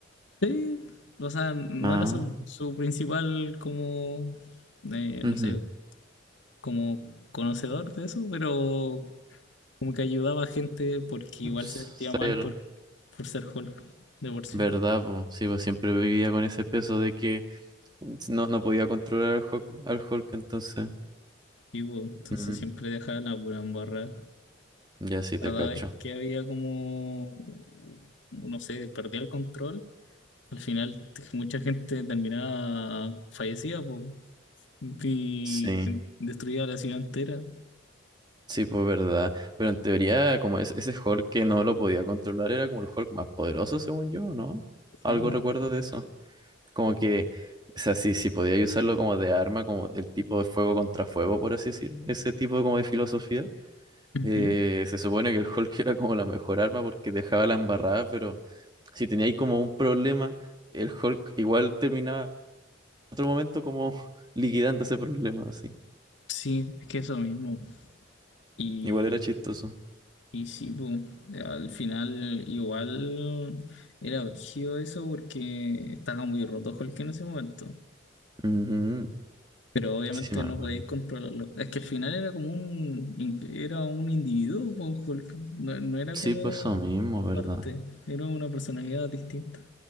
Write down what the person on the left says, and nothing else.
sí, o sea, no
era su, su principal como, eh,
no sé, como conocedor de eso, pero como que ayudaba a gente porque igual
se sentía
mal por, por ser Hulk, de por sí.
Sí, po, entonces
siempre dejaba la pura embarrada.
Cada
vez que había como, no sé, perdía el control, al final t- mucha gente terminaba fallecida, po, y
destruía la ciudad entera.
Sí, po.
Ujú.
Sí, es que eso mismo. Y,
y sí, po, al final igual era brígido eso porque estaba muy roto Hulk en ese momento.
Pero obviamente
no
podéis controlarlo. Es que al final era como un, in- era un individuo, po, Hulk. No, no era
como
parte, era una personalidad distinta.